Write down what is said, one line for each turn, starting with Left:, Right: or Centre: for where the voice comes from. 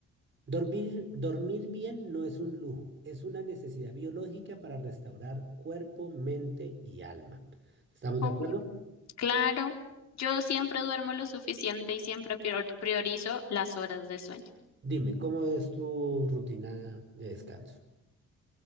Right: Dormir, dormir bien no es un lujo, es una necesidad biológica para restaurar cuerpo, mente y alma. ¿Estamos
Left: obvio,
Right: de acuerdo?
Left: claro. Yo siempre duermo lo suficiente y siempre prior- priorizo las horas de sueño.
Right: Dime, ¿cómo es tu rutina de descanso?